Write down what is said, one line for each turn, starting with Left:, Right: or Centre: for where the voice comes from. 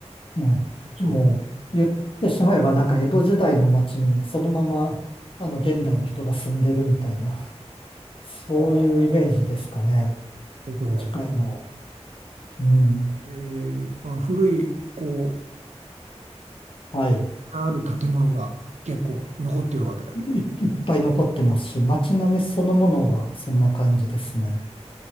Left: うん、
Right: そう。
Left: もう言ってしまえばなんか江戸時代の町にそのままあの現代の人が住んでるみたいな、そういうイメージですかね。
Right: あ、なるほど。
Left: 近いの。うん。
Right: えー、あ、古い、こう、
Left: はい。
Right: ある建物が結構残ってるわけだ。
Left: い、いっぱい残ってますし、街並みそのものがそんな感じですね。